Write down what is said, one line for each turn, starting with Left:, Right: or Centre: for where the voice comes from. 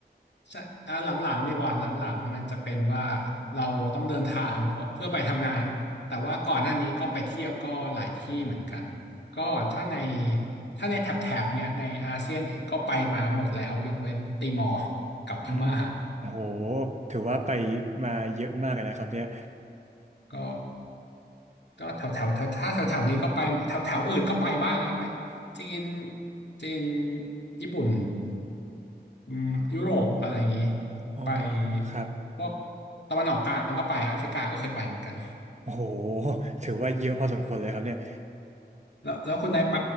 Left: ใช่อ่าหลังๆดีกว่าหลังๆมันจะเป็นว่าเราต้องเดินทางเพราะเพื่อไปทำงานแต่ว่าก่อนหน้านี้ก็ไปเที่ยวก็หลายที่เหมือนกันก็ถ้าในถ้าในแถบแถบเนี้ยในอาเซียนเองก็ไปมาหมดแล้วยกเว้นติมอร์กับพม่า
Right: อืมโอ้โหถือว่าไปมาเยอะมากเลยนะครับเนี่ย
Left: ก็ ก็แถวแถวแถวถ้าแถวแถวนี้ก็ไปหมดแถวแถวอื่นก็ไปบ้างอะไปจีนจีนญี่ปุ่นอืมยุโรปอะไรอย่างนี้
Right: อ๋อ
Left: ไป
Right: ครับ
Left: พวกตะวันออกกลางก็ไปอะแอฟริกาก็เคยไปเหมือนกัน
Right: โอ้โหถือว่าเยอะพอสมควรเลยครับเนี่ย
Left: แล้วแล้วคุณนายไป